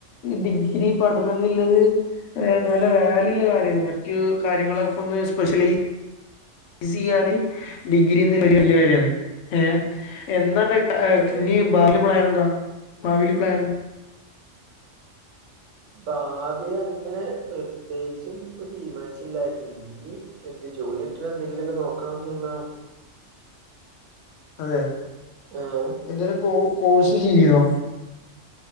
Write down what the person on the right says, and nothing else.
അതെ
അതെ
ഭാവി അങ്ങനെ പ്രത്യേകിച്ച് ഇപ്പൊ തീരുമാനിച്ചില്ല <unintelligible> ഈ എന്റെ ജോലി ഒക്കെ എന്തെങ്കിലുമൊക്കെ നോക്കണം ന്നുള്ളതാണ്
ആഹ്